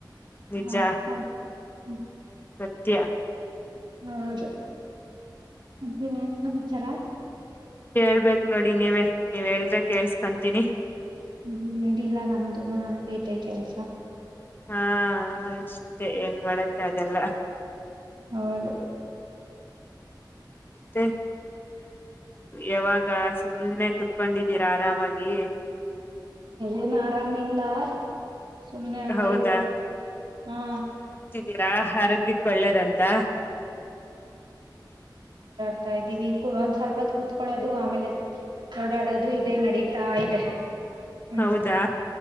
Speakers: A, on the left (about 25°); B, on the right (about 75°).
A: ನಿಜ
B: ಹಾ ಹಾ ಹ್ಮ
A: ಸತ್ಯ
B: ಹೌದು ಮತ್ತೆ ಇನ್ನೇನ್ ಸಮಾಚಾರ
A: ಹೇಳ್ಬೇಕ್ ನೋಡಿ ನೀವೇ ನೀವ್ ಹೇಳದ್ರೆ ಕೇಳ್ಸ್ಕಂತೀನಿ
B: ಹ್ಮ ಇಲ್ಲ ನಮ್ದು ನಮ್ದು ತೆ ಕೆಲ್ಸ
A: ಹಾ ಅಷ್ಟೆ ಏನ್ ಮಾಡಕ್ಕ ಆಗಲ್ಲ
B: ಹೌದು
A: ಮತ್ತೆ ಯಾವಾಗ ಸುಮ್ನೆ ಕುತ್ಕೊಂಡಿದ್ದೀರಾ ಆರಾಮಾಗಿ
B: ಏನು ಆರಾಮ ಇಲ್ಲ ಸುಮ್ನೆ ಹಂಗೆ
A: ಹೌದಾ
B: ಹಾ
A: ಇದ್ದೀರಾ ಆರೋಗ್ಯಕ್ಕೆ ಒಳ್ಳೇದಂತ
B: ಕತಾ ಇದ್ದೀವಿ ಒಂದ್ ಸ್ವಲ್ಪತ್ ಕ ಕುತ್ಕೊಳ್ಳೋದು ಆಮೇಲೆ ಓಡಾಡೋದು ಇದೆ ನಡೀತಾ ಇದೆ ಹ್ಮ
A: ಹೌದಾ